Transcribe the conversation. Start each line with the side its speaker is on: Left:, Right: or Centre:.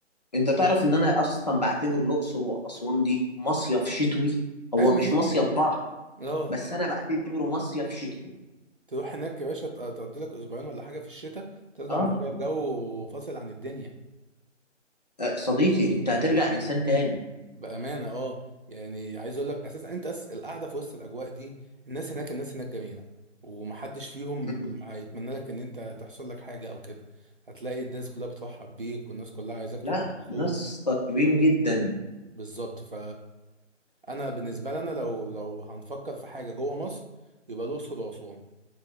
Left: انت تعرف ان انا اصلا بعتبر الاقصر واسوان دي مصيف شتوي هو
Right: ايوه ما
Left: مش
Right: هي
Left: مصيف بحر
Right: اه
Left: بس انا بعتبره مصيف شتوي
Right: تروح هناك يا باشا ت- تقضي لك اسبوعين ولا حاجه في الشتاء ترجع
Left: اه
Right: مغير جو وفاصل عن الدنيا
Left: آه، صديقي انت هترجع انسان تاني
Right: بأمانة اه يعني عايز اقول لك اساسا انت أساس القعدة في وسط الاجواء دي الناس هناك الناس هناك جميلة ومحدش فيهم
Left: مم.
Right: هيتمنى لك ان انت تحصل لك حاجة او كده هتلاقي الناس كلها بترحب بيك والناس كلها عايزاك تبقى
Left: لا
Right: مبسوط
Left: ناس طيبين جدا
Right: بالظبط ف انا بالنسبة لنا لو لو هنفكر في حاجة جوه مصر يبقى الأقصر وأسوان